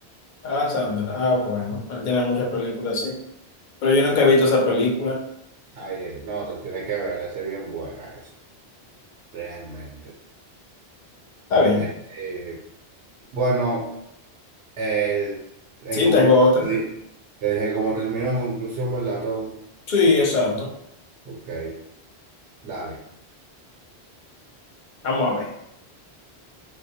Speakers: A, on the left (about 55°); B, on the right (about 80°).
A: Adam Sandler. Ah, bueno. Él tiene muchas películas, sí. Pero yo nunca he visto esa película.
B: Ay, eh, no, se tiene que verla, esa es bien buena esa, realmente.
A: Está bien.
B: Eh, eh, bueno, eh, en
A: Sí,
B: conclusión,
A: tengo otra.
B: te di- te dije cómo terminó en conclusión, ¿verdad? Todo.
A: Sí, exacto.
B: Ok, dale.
A: Vamos a ver.